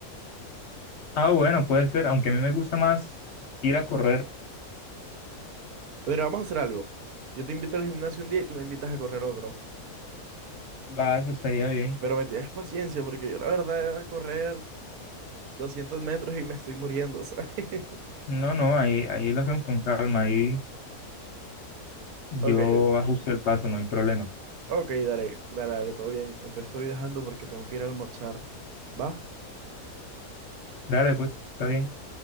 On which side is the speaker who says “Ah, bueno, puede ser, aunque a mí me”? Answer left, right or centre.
Left